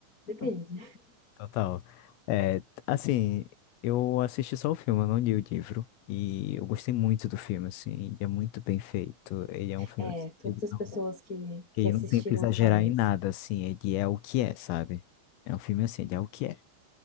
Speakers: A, on the left; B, on the left.
A: depende.
B: Total. É, assim, eu assisti só o filme, eu não li o livro. E eu gostei muito do filme, assim, ele é muito bem feito. Ele é um filme
A: É,
B: assim,
A: todas
B: que ele
A: as
B: não,
A: pessoas que,
B: que
A: que
B: ele
A: assistiram
B: não tenta exagerar
A: falam
B: em
A: isso.
B: nada, assim, ele é o que é, sabe? É um filme assim, ele é o que é.